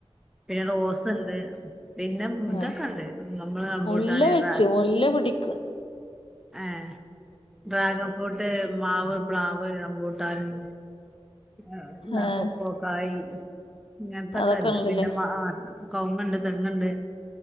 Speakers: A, in the centre; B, on the left (about 60°).
A: പിന്നെ റോസ്ണ്ട് പിന്നെ
B: ആഹ്
A: ഇതൊക്കെ ഉണ്ട് നമ്മള്റമ്പോട്ടാനൊക്കെ
B: മുല്ല വെച്ചു മുല്ല പിടി <unintelligible>
A: ഹ ഡ്രാഗൺ ഫ്രൂട്ട് മാവ് പ്ലാവ് റം മ്പൂട്ടാന് ആ എന്നാ
B: ആഹ്
A: കൊക്കോക്കായ് ഇങ്ങനത്തൊക്കെ
B: അതൊക്കെ
A: ഉണ്ട്
B: ഉണ്ടല്ലേ
A: പിന്നെ മാ കൗങ്ങുണ്ട് തെങ്ങുണ്ട്